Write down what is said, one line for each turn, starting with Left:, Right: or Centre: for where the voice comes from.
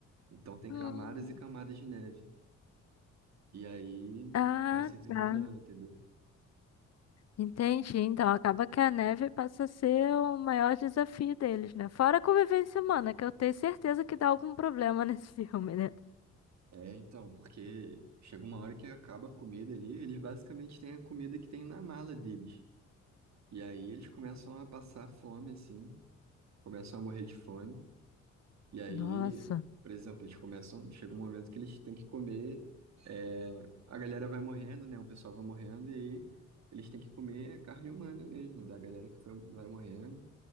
Right: Então, tem
Left: Hum.
Right: camadas e camadas de neve. E aí
Left: Ah,
Right: vai se desenrolando,
Left: tá.
Right: entendeu?
Left: Entendi. Então acaba que a neve passa a ser o maior desafio deles, né? Fora a convivência humana, que eu tenho certeza que dá algum problema <laughs> nesse filme, né?
Right: É, então, porque chega uma hora que acaba a comida ali, eles basicamente têm a comida que tem na mala deles. E aí eles começam a passar fome, assim, começam a morrer de fome. E aí,
Left: Nossa.
Right: por exemplo, eles começam, chega um momento que eles têm que comer, é, a galera vai morrendo, né? O pessoal vai morrendo, e aí eles têm que comer carne humana mesmo, da galera que foi- vai morrendo.